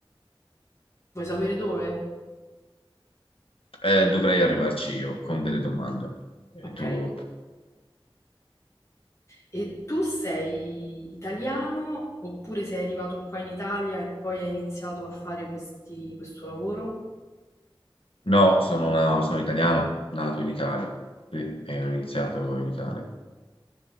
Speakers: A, on the left; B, on the left.
A: vuoi sapere dove?
B: Eh, dovrei arrivarci io con delle domande. E
A: Ok.
B: tu?
A: E tu sei italiano oppure sei arrivato qua in Italia e poi hai iniziato a fare questi- questo lavoro?
B: No, sono, una- sono italiano, nato in Italia. Sì, e ho iniziato in Italia.